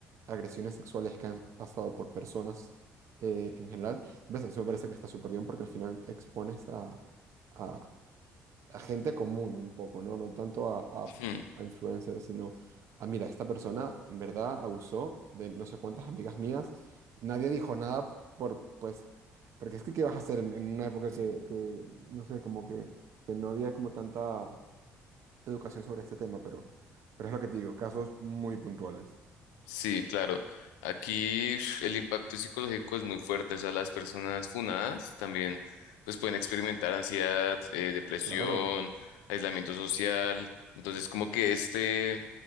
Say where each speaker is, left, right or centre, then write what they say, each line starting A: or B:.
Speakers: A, on the right (about 60°); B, on the left (about 80°).
A: agresiones sexuales que han pasado por personas eh, en general. ¿Ves? Eso me parece que está súper bien porque al final expones a, a, a gente común un poco, ¿no? No tanto a, a-
B: hmm.
A: a influencers, sino a, mira, esta persona en verdad abusó de no sé cuántas amigas mías. Nadie dijo nada por, pues, porque es que ¿qué vas a hacer en, en una época que, que, no sé, como que, que no había como tanta educación sobre este tema, pero, pero es lo que te digo, casos muy puntuales.
B: Sí, claro. Aquí ush, el impacto psicológico es muy fuerte. O sea, las personas funadas también pues pueden experimentar ansiedad, eh, depresión,
A: Claro.
B: aislamiento social. Entonces, como que este,